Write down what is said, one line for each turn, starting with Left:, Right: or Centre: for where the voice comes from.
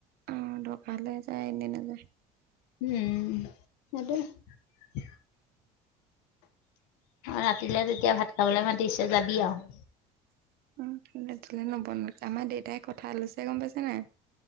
Right: অহ দৰকাৰ হলে এনে নাযায়
Left: উম, <unintelligible> ৰাতিলে তেতিয়া ভাত খাবলৈ মাতিছে যাবি আৰু।
Right: <unintelligible> আমাৰ দেউতাই কথা ললৈছে গম পাইছে নাই?